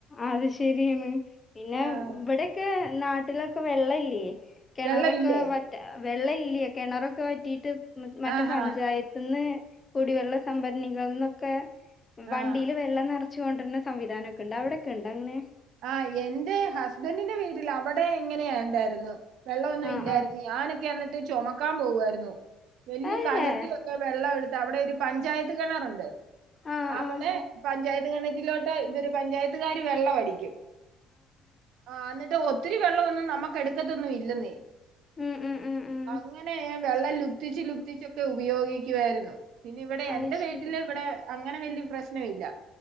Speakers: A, on the left; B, on the right.
A: അത് ശരിയാണ് പിന്നെ
B: ആഹ്
A: ഇവിടെയക്കെ നാട്ടിലൊക്കെ വെള്ളല്ലേ കിണറൊക്കെ
B: വെള്ളമില്ലേ
A: വറ്റ വെള്ള ഇല്ല കിണറൊക്കെ വറ്റിട്ട് മറ്റേ
B: ആഹാ
A: പഞ്ചായത്തിന്ന് കുടിവെള്ള സംഭരണികളിൽ നിന്നൊക്കെ വണ്ടിയില്
B: ആഹ്
A: വെള്ളം നിറച്ചു കൊണ്ടു വരുന്ന സംവിധാനം ഒക്കെണ്ട്ടൊക്കെ ഉണ്ട്ങ്ങനെ
B: ആഹ് എന്റെ ഹസ്ബൻന്റെ വീട്ടിൽ അവിടെ ഇങ്ങനെയുണ്ടായിരുന്നു വെള്ളമൊന്നും
A: ആഹ്
B: ഇല്ലായിരുന്നു
A: ആഹ്
B: ഞാനൊക്കെ എന്നിട്ട് ചുമക്കാൻ പോവായിരുന്നു വല്യയ
A: ഏഹ്
B: കലത്തിൽ വെള്ളം എടുത്ത് അവിടെ ഒരു പഞ്ചായത്ത് കിണറുണ്ട്
A: ആഹ്
B: അവിടെ
A: ആഹ്
B: പഞ്ചായത്ത് കിണറ്റിലോട്ട് ഇവര് പഞ്ചായത്തുകാര് വെള്ളം അടിക്കും ആഹ് എന്നിട്ട് ഒത്തിരി വെള്ളം ഒന്നും നമ്മുക്ക് എടുക്കത്തൊന്നും ഇല്ലെന്നേ
A: ഉം ഉം ഉം ഉം
B: അങ്ങനെ വെള്ളം ലുപ്തിച്ച് ലുപ്തിച്ച് ഒക്കെ ഉപയോഗിക്കുമായിരുന്നു പിന്നെ ഇവിടെ
A: അത്
B: എന്റെ
A: ശരി
B: വീട്ടിൽ ഇവിടെ അങ്ങനെ വലിയ പ്രശ്നം ഇല്ല